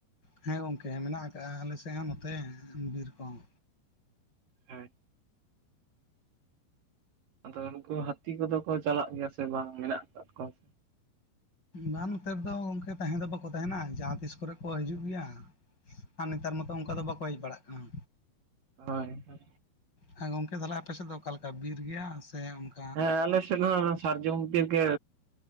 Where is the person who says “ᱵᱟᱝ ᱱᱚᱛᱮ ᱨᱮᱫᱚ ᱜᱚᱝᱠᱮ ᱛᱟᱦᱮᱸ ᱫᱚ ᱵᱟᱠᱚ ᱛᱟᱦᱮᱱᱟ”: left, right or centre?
Left